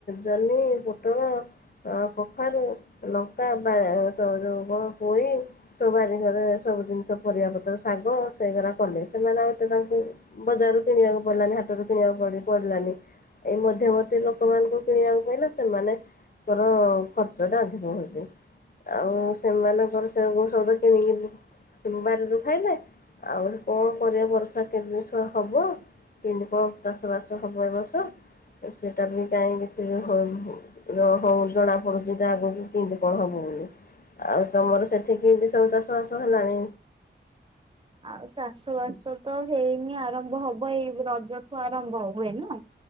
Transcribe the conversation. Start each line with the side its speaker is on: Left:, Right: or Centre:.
Left: ଜହ୍ନି ପୋଟଳ, କଖାରୁ, ଲଙ୍କା, ଵା ଯୋଉ କଣ ପୋଇ ସବୁ ବାରି ଘରେ ସବୁ ଜିନିଷ ପରିବା ପତ୍ର ଶାଗ ସେଇ ହେରା କଲେ। ସେମାନେ ଏତେ ତାଙ୍କୁ ବଜାର ରୁ କିଣିବାକୁ ପଡିଲାନି, ହାତରୁ କିଣିବାକୁ ପଡିଲାନି। ଏଇ ମଧ୍ୟବର୍ତ୍ତୀ ଲୋକମାନଙ୍କୁ କିଣିବାକୁ ପଇଲା। ସେମାନେ ଙ୍କର ଖର୍ଚ୍ଚ ଟା ଅଧିକ ହଉଚି। ଆଉ ସେମାନଙ୍କର ସେ <unintelligible> କିଣିକି ଵାରୀରୁ ଖାଇଲେ। ଆହୁରି କଣ କରିବା ବର୍ଷା କେବେ ସ ହବ। କେମିନ୍ତି କଣ ଚାଷ ବାଷ ହବ ଏ ବର୍ଷ। ସେଟା ବି କାଇଁ କିଛି ହଁ ହୁଁ ନ ହୋଉ ଜଣା ପଡୁଚି ତ ଆଗକୁ, କିନ୍ତି କଣ ହବ ବୋଲି ଆଉ ତମର ସେଠି କିନ୍ତି ସବୁ ଚାଷ ବାସ ହେଲାଣି?
Right: ଆଉ ଚାଷ ବାସ ତ ହେଇନି ଆରମ୍ଭ ହବ, ଏଇ ରଜଠୁ ଆରମ୍ଭ ହୁଏ ନୁହଁ।